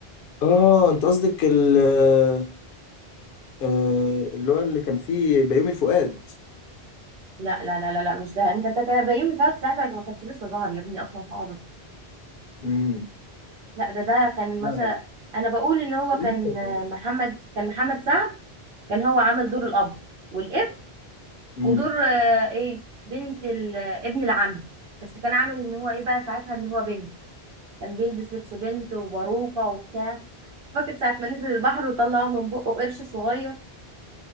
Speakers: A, on the left; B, on the right.
A: اه انت قصدك ال آه، آه، اللي هو اللي كان فيه بيومي فؤاد
B: لا لا لا لا, لا مش ده انت انت كان بيومي فؤاد ساعتها ما كانش لسه ظهر يا ابني اصلا خالص
A: امم
B: لا ده ده كان مثلا
A: لا لا لا،
B: انا بقول ان هو
A: البنت
B: كان
A: كان
B: آه، محمد كان محمد سعد كان هو عامل دور الاب والابن
A: موجود
B: ودور آه، ايه بنت ال- ابن العم بس كان عامل ان هو ايه بقى ساعتها ان هو بنت كان بيلبس لبس بنت وباروكة وبتاع فاكر ساعة ما نزل البحر وطلعوا من بقه قرش صغير